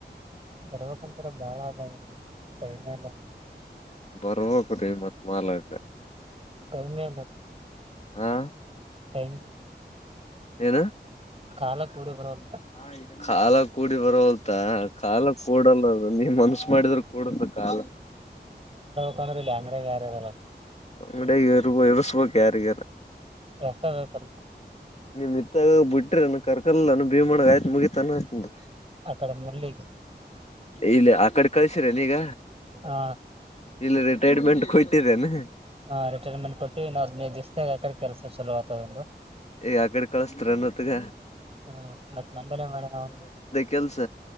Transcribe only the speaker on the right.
ಗರ್ವಕ್ಕೊಂತರ ಬಾಳ ಆ ೈಮ ಅಲ್ಲ
ಟೈಮೇ
ಹನ್
ಕಾಲ ಕೂಡಿ ಬರೋಲ್ಲ
ಹಕಂದ್ರ ಇ ಅಂದ್ರೆ ಯಾರಲ್ಲ
ರೊಕ್ಕ ಬೇಕಲ್ಲ
ಆ ಕಡೆ ನಲ್ಲಿ
ಆ
ಹಾ್ ರಿಟೈರ್ಮೆಂಟ್ ಕೊಟ್ಟ ನವುದ್ೇ ದಿಸಸ್ತಿಾಗ ಹಾಕ್ರ ಕೆಲಸ ಚಲೋ ಆತ ಂದ್ರೆ
ಹಾ ಮತ್ತ ನಂಬಲ್ಲ ಮಾಡ ಅವ